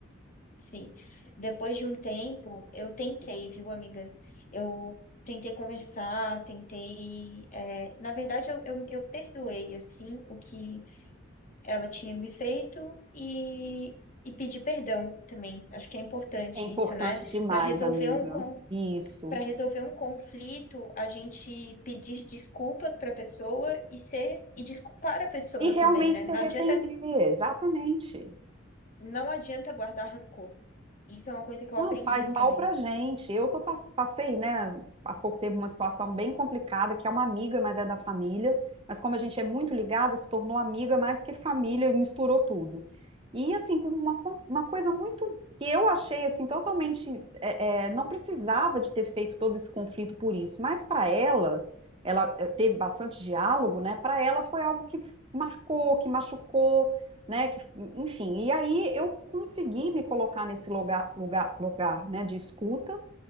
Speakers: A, on the left; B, on the right.
A: Sim. Depois de um tempo, eu tentei, viu, amiga? Eu tentei conversar, tentei. é, Na verdade, eu, eu, eu perdoei, assim, o que ela tinha me feito e, e pedi perdão também. Acho que é importante
B: É importante
A: isso, né?
B: demais,
A: Para resolver
B: amiga.
A: um con...
B: Isso.
A: para resolver um conflito, a gente pedir desculpas para a pessoa e ser e desculpar a pessoa
B: E Eu realmente
A: também, né?
B: também.
A: Não adianta,
B: se também. arrepender, exatamente.
A: não adianta guardar rancor. Isso é uma coisa que eu
B: Não,
A: aprendi
B: faz mal
A: também.
B: pra gente. Eu tô, pass- passei, né, há pouco tempo uma situação bem complicada, que é uma amiga, mas é da família. Mas como a gente é muito ligada, se tornou amiga mais do que família, e misturou tudo. E assim, por uma, co- uma coisa muito que eu achei assim totalmente, é, é, não precisava de ter feito todo esse conflito por isso. Mas para ela, ela eh, teve bastante diálogo, né? Para ela foi algo que marcou, que machucou né? Que, enfim, e aí eu consegui me colocar nesse lugar, lugar, lugar, né, de escuta,